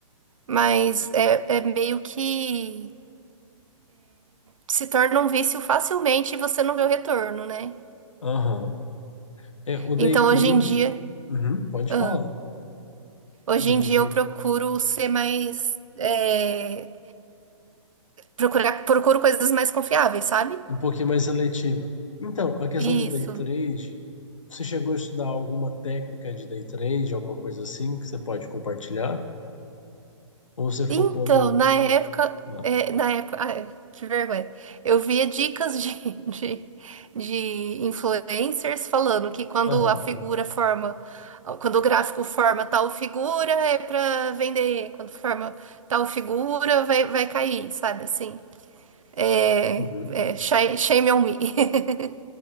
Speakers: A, on the right; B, on the left.
A: mas é, é meio que se torna um vício facilmente e você não vê o retorno, né?
B: Aham. É, o day
A: Então
B: trade.
A: hoje em dia,
B: Uhum, pode
A: ah,
B: falar.
A: hoje
B: hoje
A: em dia
B: em dia
A: eu procuro
B: que-
A: ser mais, é, procurar, procuro coisas mais confiáveis, sabe?
B: um pouquinho mais seletiva. Então, a questão
A: Isso.
B: do day trade, você chegou a estudar alguma técnica de day trade, alguma coisa assim que você pode compartilhar? Ou você focou
A: Então,
B: no.
A: na época,
B: Ah,
A: é, na época, ah, é, que vergonha. Eu via dicas de, <laughs> de, de influencers falando que quando
B: Aham.
A: a figura forma, quando o gráfico forma tal figura, é pra vender. Quando forma tal figura, vai, vai cair, sabe assim? É,
B: uhum.
A: é, shame shame on me. <laughs>